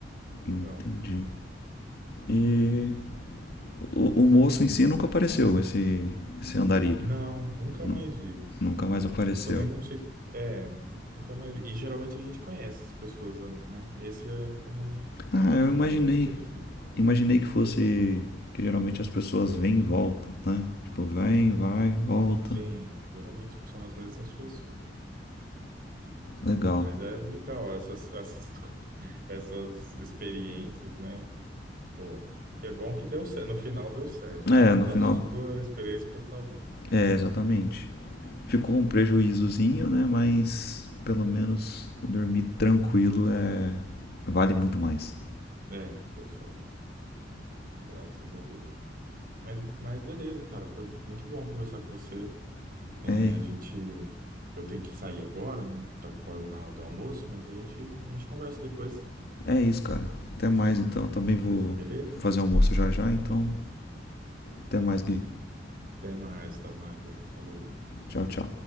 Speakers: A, on the right (about 50°); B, on the left (about 60°).
A: legal.
B: Entendi. E o, o moço em si nunca apareceu, esse, esse andarilho.
A: Não, nunca
B: Nu-
A: mais vi.
B: Nunca mais apareceu.
A: Eu também não sei. É, nunca mais vi. E geralmente a gente conhece as pessoas, né? Esse é- eu não,
B: Ah, eu
A: não
B: imaginei.
A: lembro de ter visto ali.
B: Imaginei que fosse que geralmente as pessoas vêm e voltam, né? Tipo, vem, vai, volta.
A: Sim, geralmente são as mesmas pessoas.
B: Legal.
A: Mas é legal essas, essas, <laughs> essas experiências, né? Pô, é bom que deu certo. No final deu certo, né?
B: É,
A: Tanto
B: no final.
A: a sua experiência quanto a minha.
B: É, exatamente. Ficou um prejuízozinho, né? Mas pelo menos dormir tranquilo é vale muito mais.
A: É, deu certo. Graças a Deus. Mas, mas beleza, cara. Foi muito bom conversar com você. É,
B: É,
A: a gente. Eu tenho que sair agora, né? Que tá quase na hora do almoço, mas a gente, a gente conversa depois.
B: é isso, cara. Até mais então. Eu também vou
A: Beleza?
B: fazer almoço já já, então até mais, Gui.
A: Até mais, até mais, Wayne. Falou.
B: Tchau, tchau.